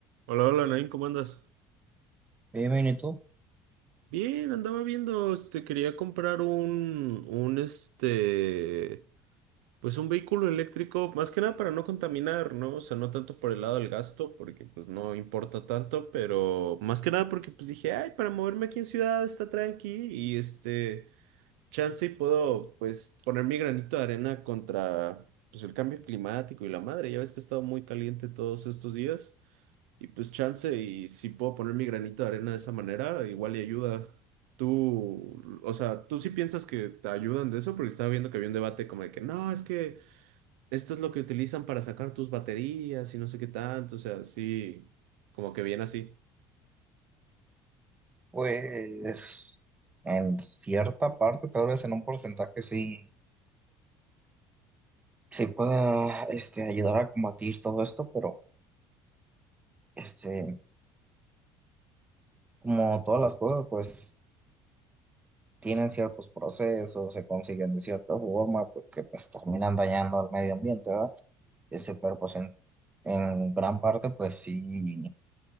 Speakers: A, on the right; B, on the right.
A: Hola, hola, Nain, ¿cómo andas?
B: Bien, bien, ¿y tú?
A: Bien, andaba viendo, este, quería comprar un, un, este, pues un vehículo eléctrico, más que nada para no contaminar, ¿no? O sea, no tanto por el lado del gasto, porque pues no importa tanto, pero más que nada porque pues dije, ay, para moverme aquí en ciudad está tranqui y este, chance y puedo, pues, poner mi granito de arena contra, pues, el cambio climático y la madre, ya ves que ha estado muy caliente todos estos días. Y pues chance, y si puedo poner mi granito de arena de esa manera, igual y ayuda. Tú, o sea, tú sí piensas que te ayudan de eso, porque estaba viendo que había un debate como de que no, es que esto es lo que utilizan para sacar tus baterías y no sé qué tanto, o sea, sí, como que bien así.
B: Pues en cierta parte, tal vez en un porcentaje sí, sí pueda este, ayudar a combatir todo esto, pero este, como todas las cosas, pues tienen ciertos procesos, se consiguen de cierta forma, porque pues terminan dañando al medio ambiente, ¿verdad? Este, pero pues en, en gran parte, pues sí,